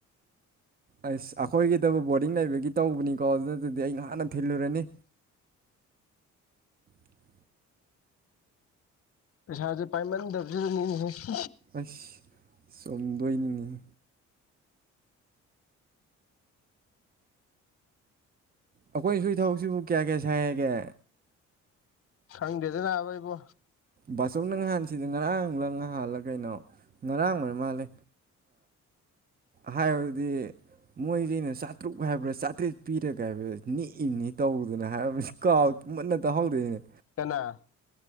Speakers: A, on the right; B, on the left.
A: ꯑꯁ ꯑꯩꯈꯣꯏꯒꯤꯗꯕꯨ ꯕꯣꯔꯗꯤꯡ ꯂꯩꯕꯒꯤ ꯇꯧꯕꯅꯤꯀꯣ ꯑꯗꯨꯅ ꯑꯗꯨꯗꯤ ꯑꯩꯍꯥꯟꯅ ꯊꯤꯜꯂꯨꯔꯅꯤ <unintelligible>
B: ꯄꯩꯁꯥꯖꯤ ꯄꯥꯏ ꯗꯔꯁꯤꯅꯤꯅꯤꯁꯤꯦ
A: ꯑꯁ ꯆꯣꯝꯗꯣꯏꯅꯤꯅꯤ ꯑꯩꯈꯣꯏ ꯁꯏ ꯊꯕꯛꯁꯤꯕꯨ ꯀꯌꯥ ꯀꯌꯥ ꯁꯥꯏꯒꯦ
B: ꯍꯪꯗꯦꯗꯅꯕꯩꯕꯣ
A: ꯕꯥꯁꯧꯅꯪ ꯍꯥꯏꯥꯟ ꯁꯤꯗ ꯉꯔꯥꯡꯂ ꯉꯍꯥꯟꯜꯂꯒ ꯀꯩꯅꯣ ꯉꯔꯥꯡꯕꯅ ꯃꯥꯜꯂꯦ ꯍꯥꯏꯕꯗꯤ ꯃꯣꯏꯁꯤ ꯑꯩꯅ ꯆꯥꯇ꯭ꯔꯨꯛ ꯍꯥꯏꯕ꯭ꯔꯥ ꯆꯥꯇ꯭ꯔꯦꯠ ꯄꯤꯔꯒ ꯍꯥꯏꯕ꯭ꯔꯥ ꯅꯤꯛꯏꯪꯅꯤ ꯇꯧꯗꯅ ꯍꯥꯏꯕꯥ ꯀꯥ ꯃꯟꯅ ꯇ ꯍꯜꯗ
B: ꯀꯅꯥ